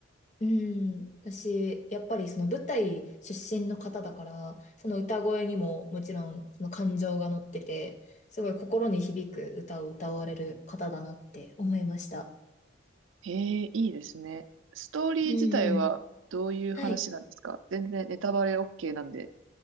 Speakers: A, on the left; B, on the right.
A: うん、私、やっぱりその舞台出身の方だから、その歌声にももちろんその感情が乗ってて、すごい心に響く歌を歌われる方だなって思いました。
B: ええ、いいですね。ストーリー自体はどういう話なんですか全然ネタバレ
A: うんうん。はい。
B: OK なんで。